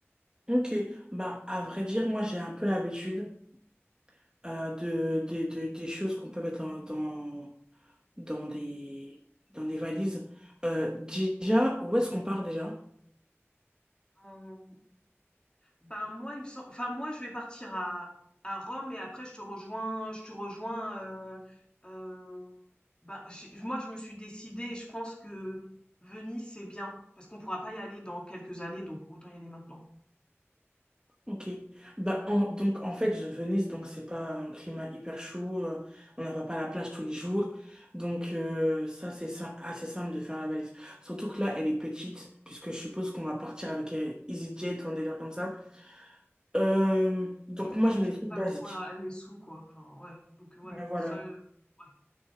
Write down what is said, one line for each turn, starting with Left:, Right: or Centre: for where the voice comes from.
Right: Ok, bah à vrai dire, moi j'ai un peu l'habitude euh, de, des de- des choses qu'on peut mettre dans, dans, dans des, dans des valises. Euh, déjà, où est-ce qu'on part déjà?
Left: Euh, Ben moi, il me sem enfin moi, je vais partir à à Rome et après je te rejoins, je te rejoins. Euh, euh, ben j'ai- moi, je me suis décidée. et Je pense que Venise c'est bien parce qu'on pourra pas y aller dans quelques années, donc autant y aller maintenant.
Right: Ok. Bah, en- donc, en fait, je- Venise, donc, c'est pas un climat hyper chaud. euh, on n'a pas à la plage tous les jours. Donc, euh, ça, c'est ça, assez simple de faire la valise. Surtout que là, elle est petite, puisque je suppose qu'on va partir avec euh, EasyJet ou un délire comme ça. Euh,
Left: Ouais,
Right: donc,
Left: oui, oui,
Right: moi, je
Left: j'ai
Right: mets des trucs
Left: pas
Right: basiques.
Left: trop la, les sous quoi. Enfin ouais, donc euh, ouais,
Right: Mais voilà.
Left: ça, euh, ouais,